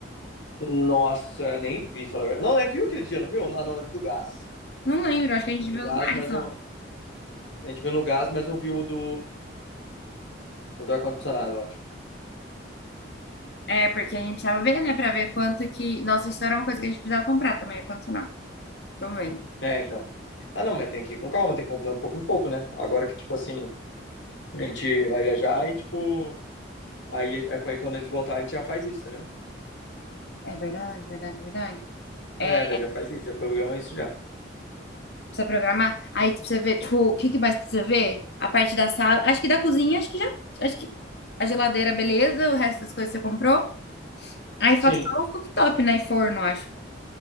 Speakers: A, on the left; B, on the left.
A: Nossa, nem vi, falar a verdade. Não, nem viu aquele dia, não viu? Não, não, eu vi do gás.
B: Não lembro, acho que a gente
A: Do
B: viu
A: gás,
B: os dois
A: mas
B: só.
A: não. A gente viu no gás, mas não viu o do. O do ar-condicionado, eu acho.
B: É, porque a gente precisava ver, né, pra ver quanto que... Nossa, isso era uma coisa que a gente precisava comprar também, ar-condicionado. Também.
A: É, então. Ah, não, mas tem que ir com calma, tem que ir comprando pouco em pouco, né? Agora que, tipo assim, a gente vai viajar e, tipo. Aí, é, aí quando a gente voltar, a gente já faz isso, entendeu?
B: É verdade, verdade, verdade. É,
A: É, daí já faz isso, já programa isso já.
B: precisa programar. Aí precisa ver, tipo, o que que mais precisa ver? A parte da sala, acho que da cozinha, acho que já... Acho que a geladeira, beleza, o resto das coisas você comprou. Aí falta
A: Sim.
B: só o cooktop, né? E forno, acho.